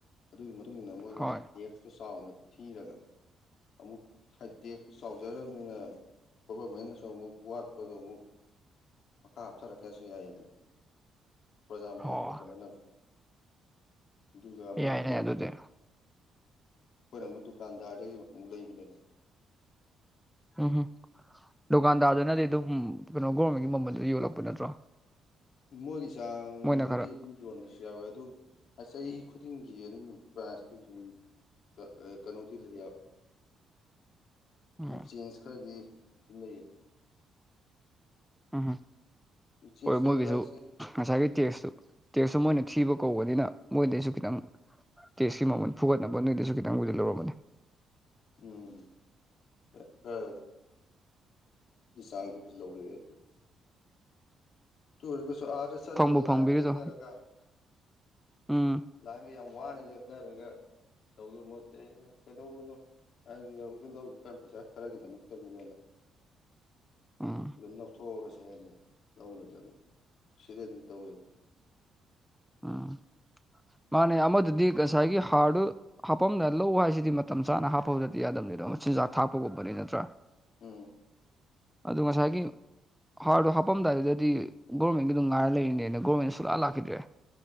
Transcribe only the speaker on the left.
ꯑꯗꯨꯒꯤ ꯃꯇꯨꯡ ꯏꯟꯅ ꯃꯣꯏꯅ
ꯇꯦꯛꯁꯇꯨ ꯆꯥꯎꯅ ꯊꯤꯔꯒ ꯑꯃꯨꯛ ꯍꯥꯏ ꯇꯦꯛꯁꯁꯨ ꯆꯥꯎꯖꯔꯕꯅꯤꯅ ꯒꯣꯕꯔꯃꯦꯟꯅꯁꯨ ꯑꯃꯨꯛ ꯋꯥꯠꯄꯗꯣ ꯑꯃꯨꯛ ꯃꯈꯥ ꯍꯥꯞꯊꯔꯛꯀꯦꯁꯨ ꯌꯥꯏꯌꯦꯗꯅ ꯄ꯭ꯔꯖꯥ ꯃꯌꯥꯝꯒꯤ
ꯀꯣꯟꯅꯅꯕ ꯑꯗꯨꯒ ꯃꯨꯛ
ꯑꯩꯈꯣꯏꯅ ꯑꯃꯨꯛ ꯗꯨꯀꯥꯟꯗꯥꯔꯗꯒꯤ ꯑꯃꯨꯛ ꯂꯩꯕꯅꯦꯕ
ꯃꯣꯏꯒꯤ ꯆꯥꯡ
ꯗꯗꯤ
ꯑꯗꯨꯝ ꯌꯣꯟꯕꯁꯨ ꯌꯥꯎꯋꯦ ꯑꯗꯨ ꯆꯍꯤ ꯈꯨꯗꯤꯡꯒꯤ ꯑꯗꯨꯝ ꯄ꯭ꯔꯥꯏꯖꯇꯤ ꯑꯗꯨꯝ ꯀ ꯀꯩꯅꯣꯗꯤ ꯂꯩꯌꯥ
ꯑꯗꯨꯝ ꯆꯦꯟꯖ ꯈꯔꯗꯤ ꯑꯗꯨꯝ ꯂꯩꯌꯦꯕ
ꯆꯦꯟꯖ
ꯂꯩꯕ ꯍꯥꯏꯁꯦ
ꯎꯝ ꯈ ꯈꯔ ꯆꯥꯡꯗꯨꯕꯨꯗꯤ ꯂꯧꯔꯛꯑꯦ ꯑꯗꯨ ꯑꯣꯏꯔꯒꯁꯨ ꯑꯥꯗ ꯆꯠꯂꯒ
ꯂꯥꯏꯟ ꯀ ꯂ‌ꯦꯞꯅꯔꯒ
ꯂꯍꯥꯟꯒ ꯌꯥꯝ ꯋꯥꯅ ꯂꯦꯞꯅꯔꯒ ꯇꯧꯗꯧ ꯃꯣꯠꯇꯦ ꯀꯩꯗꯧꯕꯅꯣ꯫ ꯍꯥꯏꯗꯤ ꯌꯛꯇ ꯂꯧꯔꯤꯀꯥꯟ ꯄꯩꯁꯥ ꯈꯔꯒꯤꯗꯃꯛꯇꯕꯨ ꯑꯣꯏꯅ꯫
ꯑꯗꯨꯝ ꯂꯧꯊꯣꯛꯍꯧꯔꯁꯦ ꯍꯥꯏꯗꯤ ꯂꯧꯔꯒꯦ꯫ ꯁꯤꯗꯤ ꯑꯗꯨꯝ ꯇꯧꯔꯦꯕ꯫
ꯎꯝ꯫